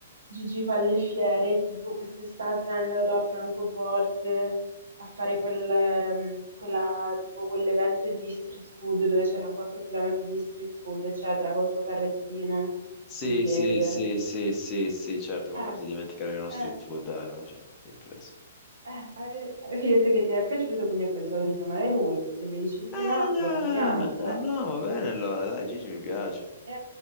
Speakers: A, on the right; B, on the left.
A: Gigi fa le fiere, tipo quest'estate era andato a Francoforte a fare quel, ehm, quella- tipo quell'evento di street food dove c'erano 4 km di street food, eccetera, col suo carrettino
B: Sì,
A: pugliese.
B: sì, sì, sì, sì, sì, certo, come
A: Eh,
B: faccio a dimenticare uno street
A: eh.
B: food? Dai, ma cioè, chi hai preso?
A: Eh, avevi avevi detto che ti era piaciuto, quindi ho pensato di chiamare lui. Se mi dici di
B: Ah,
A: no, lo cambiamo, però...
B: eh no, va bene allora, dai, Gigi mi piace.
A: eh,